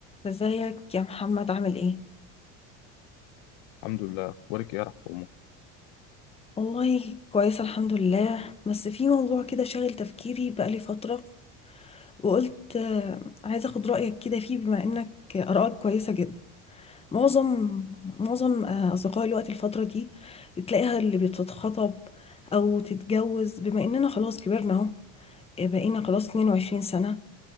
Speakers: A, on the left; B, on the left.
A: ازيك يا محمد عامل ايه؟
B: الحمد لله وارك يا رحمه
A: والله كويسة الحمد لله بس في موضوع كده شاغل تفكيري بقالي فترة وقلت آه، عايزة اخد رأيك كده فيه بما انك آرائك كويسة جدا معظم معظم آه، أصدقائي الوقت الفترة دي تلاقيها اللي بتتخطب أو تتجوز بما اننا خلاص كبرنا اهو آه، بقينا خلاص 22 سنة